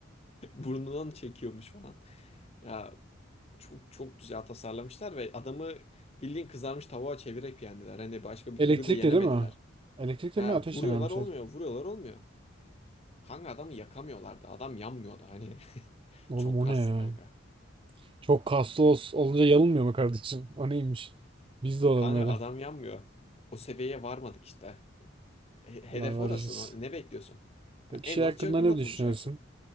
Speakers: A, on the left; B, on the right.
A: Burnundan çekiyormuş falan. Ya çok çok güzel tasarlamışlar ve adamı bildiğin kızarmış tavuğa çevirerek yendiler. Hani başka bir
B: Elektrikli
A: türlü de yenemediler.
B: değil mi? Elektrikle
A: Ha,
B: mi ateşle
A: vuruyorlar
B: mi yapmışlar?
A: olmuyor, vuruyorlar olmuyor. Kanka adamı yakamıyorlardı. Adam yanmıyordu hani. <laughs>
B: Oğlum
A: Çok
B: o
A: kaslı
B: ne ya?
A: kanka.
B: Çok kaslı ol- olunca yanılmıyor mu kardeşim? O neymiş? Biz de olalım
A: Kanka
B: öyle.
A: adam yanmıyor. O seviyeye varmadık işte. He- Hedef
B: Allah varacağız.
A: orası. lan. Ne bekliyorsun?
B: Peki
A: Ya En
B: şey
A: az
B: hakkında
A: Juggernaut
B: ne düşünüyorsun?
A: olacaksın.